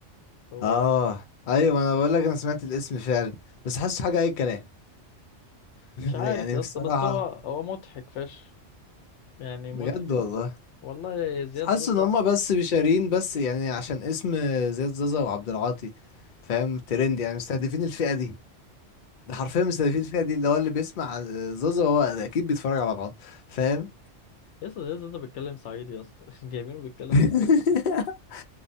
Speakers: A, on the left (about 75°); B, on the left (about 50°).
A: هو
B: اه ايوه ما انا بقول لك انا سمعت الاسم فعلا بس حاسه حاجة اي كلام <laughs>
A: مش عارف
B: يعني
A: يا
B: بصراحة
A: اسطى بس هو هو مضحك فشخ يعني
B: بجد
A: مضحك
B: والله
A: والله زياد
B: بس حاسس
A: زازا
B: ان هما بس بيشارين بس يعني عشان اسم زياد زازا وعبد العاطي فاهم ترند يعني مستهدفين الفئة دي ده حرفيا مستهدفين الفئة دي اللي هو اللي بيسمع زازا هو اكيد بيتفرج على بعض فاهم
A: يا اسطى يا اسطى انت بتتكلم صعيدي يا اسطى <laughs> جايبينه بيتكلم
B: <laughs>
A: صعيدي